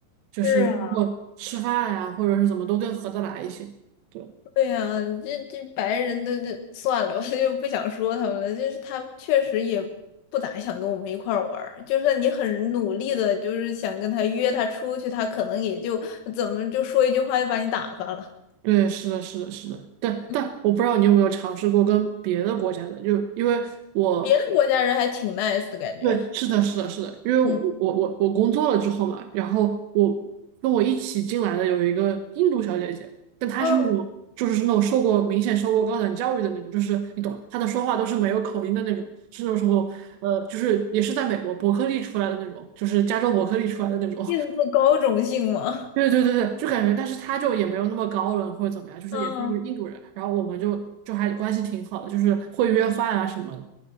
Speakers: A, on the right; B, on the left.
A: 就是包括吃饭呀、
B: 是啊，
A: 或者是怎么都更合得来一些。对。
B: 对呀、这这白人的这算了吧，<laughs> 就不想说他们了。就是他们确实也不咋想跟我们一块儿玩儿，就算你很努力的，就是想跟他约他出去，他可能也就怎么就说一句话就把你打发了。
A: 对，是的，是的，是的，但但我不知道你有没有尝试过跟别的国家的，
B: 嗯
A: 就因为我
B: 别的国家人还挺 nice 的感觉，
A: 对，是的，是的，是的，因为我我我工作了之后嘛，
B: 嗯，
A: 然后我跟我一起进来的有一个印度小姐姐，但她是那种就是那种受过明显受过高等教育的那种，
B: 嗯，
A: 就是你懂，她的说话都是没有口音的那种，是那种什么呃，就是也是在美国伯克利出来的那种，就是加州伯克利出来的那种，
B: 印度高种姓吗？
A: <laughs> 对对对对，就感觉，但是她就也没有那么高冷或者怎么样，就是也是一个印度人，
B: 嗯，
A: 然后我们就就还关系挺好的，就是会约饭啊什么的。